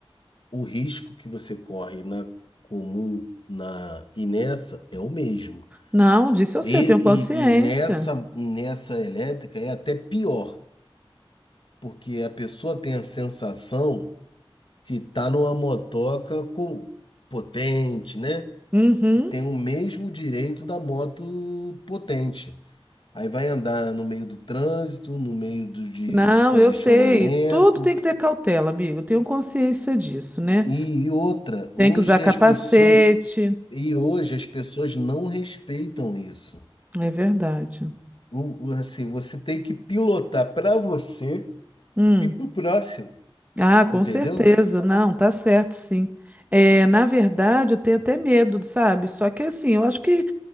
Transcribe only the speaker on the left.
O risco que você corre na comum, na e nessa é o mesmo.
E,
e, e nessa nessa elétrica é até pior, porque a pessoa tem a sensação que tá numa motoca com, potente, né?
Que tem o mesmo direito da moto potente. Aí vai andar no meio do trânsito, no meio do, de,
de congestionamento.
E, e outra, hoje
as pessoas, e hoje as pessoas não respeitam isso.
O, o- assim, você tem que pilotar para você
e para o próximo,
entendeu?